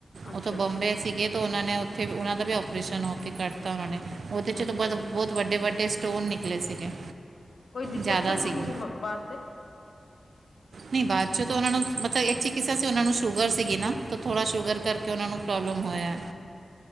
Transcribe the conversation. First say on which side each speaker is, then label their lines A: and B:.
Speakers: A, on the left (about 70°); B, on the right (about 80°).
A: ਅੱਛਾ
B: ਉੱਥੋਂ ਬੌਬੇ
A: ਅੱਛਾ
B: ਸੀਗੇ ਤੇ ਉਹਨਾਂ ਨੇ ਉੱਥੇ, ਤੇ ਉਹਨਾਂ ਦਾ ਵੀ ਓਪਰੇਸ਼ਨ ਉੱਥੇ ਕਰਤਾ ਉਹਨਾਂ ਨੇ। ਉਹਦੇ ਚੋਂ
A: ਅੱਛਾ
B: ਬਹੁ
A: ਅੱਛਾ
B: ਬਹੁਤ ਵੱਡੇ- ਵੱਡੇ ਸਟੋਨ ਨੇ। ਮੈਸੇਜ ਹੈ
A: ਕੋਈ ਦਿੱਕਤ
B: ਜ਼ਿਆਦਾ
A: ਤਾਂ ਨਹੀਂ
B: ਸੀਗੀ
A: ਆਉਂਦੀ ਵੀ ਬਾਤ ਤੇ
B: ਨੀ ਬਾਅਦ 'ਚੋਂ ਤਾਂ ਉਹਨਾਂ ਨੂੰ ਮਤਲਬ ਇੱਕ ਕਿੱਸਾ ਸੀ ਉਨਾਂ ਨੂੰ ਸ਼ੂਗਰ ਸੀਗੀ ਨਾ ਤਾਂ ਥੋੜਾ ਸ਼ੂਗਰ
A: ਅੱਛਾ
B: ਕਰਕੇ ਉਨਾਂ ਨੂੰ ਪ੍ਰੋਬਲਮ ਹੋਇਆ